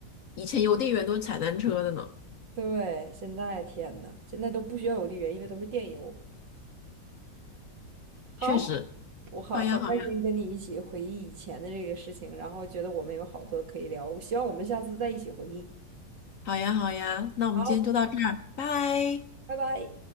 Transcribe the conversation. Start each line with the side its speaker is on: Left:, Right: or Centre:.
Left: 以前邮递员都是踩单车的呢，
Right: 对，现在天呐，现在都不需要邮递员，因为都是电邮。好，
Left: 确实。
Right: 我好好开心跟你一起回忆以前的这个事情，
Left: 好呀，好呀，
Right: 然后觉得我们有好多可以聊，希望我们下次再一起回忆。
Left: 好呀，好呀，那我们今天就到这儿，
Right: 好，
Left: 拜。
Right: 拜拜。